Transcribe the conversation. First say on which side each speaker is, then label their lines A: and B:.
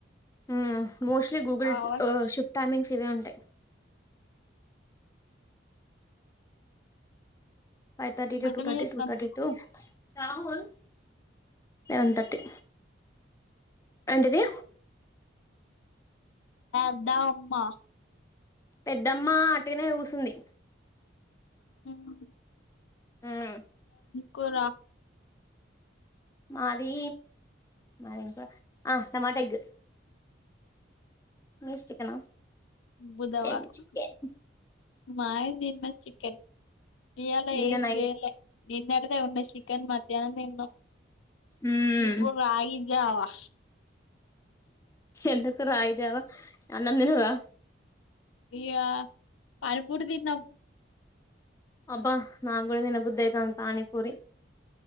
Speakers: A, on the left; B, on the left.
A: ఊమ్ మోస్ట్లీ గూగుల్
B: కావచ్చు
A: ఓ షిప్ టైమింగ్స్ ఇవే ఉంటాయి. ఫైవ్ థర్టీ టూ
B: బద్దకం
A: టూ థర్టీ
B: చేత్తాంది
A: టూ thirty two Rahul eleven thirty ఏంటిది.
B: అదా అమ్మా.
A: పెద్దమ్మ అట్టిగానే కూసుంది
B: <unintelligible>
A: మ్మ్
B: కూర
A: మాది మరి ఏం కూర ఆ టమాట ఎగ్ మీది చికెనా
B: బుధవారం
A: చికెన్ చికెన్.
B: మాది నిన్న చికెన్ ఇయ్యాల
A: నిన్న
B: ఏం
A: నైట్
B: జెయలే నిన్నడిదే ఉండే చికెన్ మధ్యానం తిన్నాం.
A: మ్మ్
B: ఇప్పుడు రాగి జావా.
A: ఎందుకు రాగిజవా అన్నం తిన్నారా.
B: ఇగ పానిపూరి తిన్నాం
A: అబ్బా నాకూడా తినబుద్ధి అయితంది పానీపూరి.